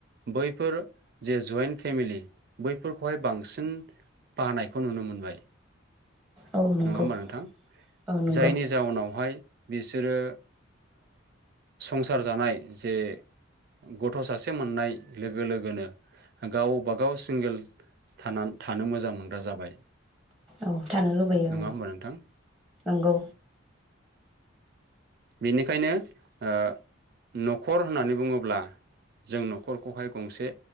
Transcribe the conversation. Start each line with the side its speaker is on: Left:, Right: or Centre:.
Right: बैफोर। जे जयन्ट फेमिलि बैफोरखौहाय बांसिन बानायखौ नुनो मोनबाय।
Centre: औ नंगौ
Right: नङा होमबा नोंथां
Centre: औ नंगौ
Right: जायनि जाउनावहाय बिसोरो संसार ओ जानाय जे गथ' सासे मोननाय लोगो लोगोनो गावबागाव सिंगोल थानानै थानो मोजां मोनग्रा जाबाय।
Centre: औ थानो लुबैयो
Right: नङा
Centre: औ
Right: होमबा नोंथां
Centre: नंगौ।
Right: बेनिखायनो ओ न'खर होननानै बुङोब्ला जों न'खरखौहाय गंसे